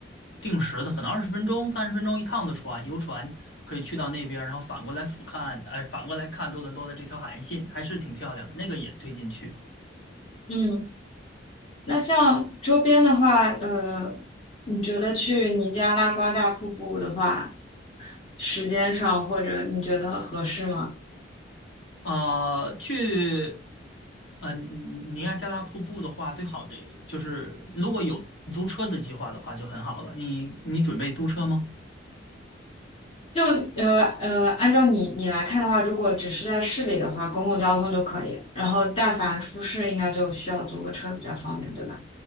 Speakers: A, on the left; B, on the left.
A: 定时的，可能二十分钟、三十分钟一趟的船，游船可以去到那边儿然后反过来俯瞰，呃，反过来看多伦多的这条海岸线，还是挺漂亮的。那个也推荐去。
B: 嗯，那像周边的话，呃，你觉得去尼加拉瓜大瀑布的话，时间上或者你觉得合适吗？
A: 啊、去，呃，尼亚加拉瀑布的话，最好得就是如果有租车的计划的话就很好了。你你准备租车吗？
B: 就呃呃，按照你你来看的话，如果只是在市里的话，公共交通就可以，然后但凡出市，应该就需要租个车比较方便，对吧？